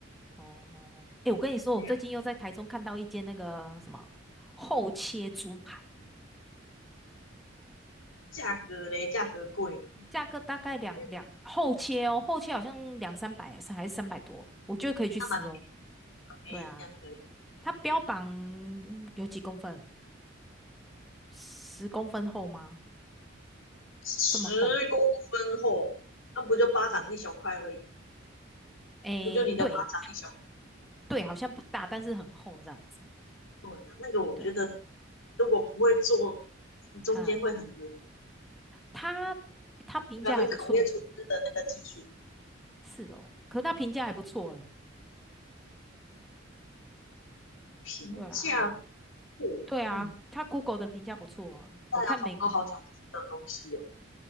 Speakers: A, in the centre; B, on the left (about 80°).
A: 哦，哎，我跟你说，
B: 那样
A: 我最近又在台中看到一间那个什么厚切猪排，
B: 价格嘞，价格贵嘛，
A: 价格大概两两厚切哦，
B: 我觉得
A: 厚切好像两三百还是还是三百多，我觉得可以去吃哦。
B: 那蛮便宜，
A: 对啊，
B: 这样可以。
A: 它标榜有几公分？十公分厚吗？
B: 十公分厚，
A: 这么厚？
B: 那不就巴掌一小块而已？
A: 哎，
B: 不就你的巴掌一小
A: 对对，好像不大，但是很厚这样子。
B: 对啊，那个我觉得
A: 对，
B: 如果不会做，中间会很
A: 哈，他他评价还不错，
B: 那个很考验厨师的那个技术。
A: 是哦，可他评价还不错诶，
B: 评价
A: 对啊。
B: 过，
A: 对啊，
B: 嗯，
A: 他 Google 的评价不错哦。
B: 大家好多好想吃的东西哦。
A: 我看美国